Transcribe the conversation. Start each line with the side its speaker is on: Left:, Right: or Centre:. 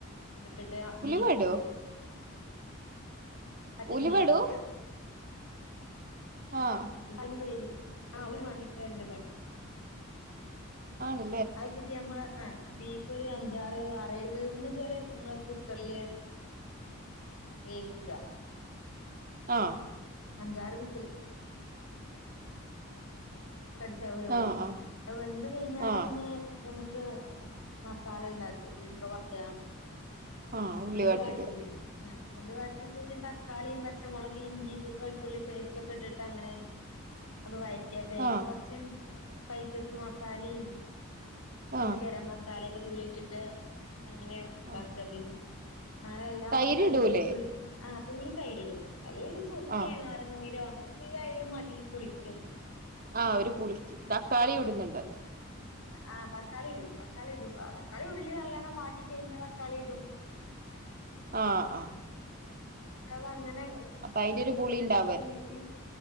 Left: ഇട്ടിട്ട് ബീഫ്
Right: അയ് ഇടോ
Left: ആദ്യം
Right: ഉലുവടോ
Left: വേവിക്ക
Right: ആഹ്
Left: ആദ്യം വേവി ആഹ് ഒരു മണി രണ്ട് മണി
Right: ആണ്
Left: അത് ഇട്ടട്ട് നമ്മള് ആഹ് ബീഫ് ഒരു അഞ്ചാറ് ആറോഴ് വെറുന്നത് വരെ നമ്മള് കുക്കറില് വേവിക്ക
Right: ആഹ്
Left: അഞ്ചാറ് വിസിൽ കടിച്ചാൽ വേവും
Right: ആഹ് ആഹ്
Left: അത് വെന്ത് കഴിഞ്ഞാല്
Right: ആഹ്
Left: പിന്നെ ഞമുക്ക് മസാല ഉണ്ടാക്ക ഉള്ളി ഒക്കെ വാട്ടാ
Right: ആഹ്
Left: ഉള്ളി
Right: വാട്ടിയിട
Left: വാടി ആഹ് ഉള്ളി വാടിയതിന് ശേഷം തക്കാളിയും പച്ചമുളക് ഇഞ്ചി വെളുത്തുള്ളി പേസ്റ്റക്കെ ഇട്ടട്ട് അങ്ങനെ അത് വറ്റിയപ്പ അയിക്ക്
Right: ആഹ്
Left: കുറച്ച സ്പൈസസ് മസാലയും പിന്നെ
Right: ആഹ്
Left: ഗരം മസാലൊക്കെ തുള്ളിട്ടിട്ട് അങ്ങനെ ഇതാക്കുക
Right: ആഹ്
Left: പി അങ്ങനെ എല്ലാം
Right: തൈര്
Left: മസാലയും
Right: ഇടൂലേ
Left: ചേർത്ട്ട് തുള്ളി ആഹ് തുള്ളി തൈരിടും അല്ലേ സുർക്കെ
Right: ആഹ്
Left: <unintelligible> പനിനീരോ അങ്ങനെ എന്തേലും അയാലും മതി പുളിക്ക്
Right: ആഹ് ഒരു പുളിക്ക് തക്കാളി ഇടുന്നുണ്ടല്ലോ
Left: ആഹ് തക്കാളി ഇടും തക്കാളി ഇടും തക്കാളി ഉള്ളി നല്ലവണം വാട്ടി കഴിഞ്ഞാൽ തക്കാളി ഇടും
Right: ആഹ് ആഹ്
Left: ഉം അത് അങ്ങനെ
Right: അപ്പൊ അയിന്റെ ഒരു പുളി ഇണ്ടാവും
Left: ഈ ഈ